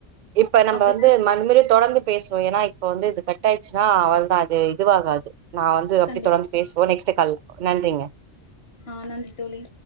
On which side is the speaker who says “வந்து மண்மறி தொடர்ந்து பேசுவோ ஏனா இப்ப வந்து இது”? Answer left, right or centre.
Right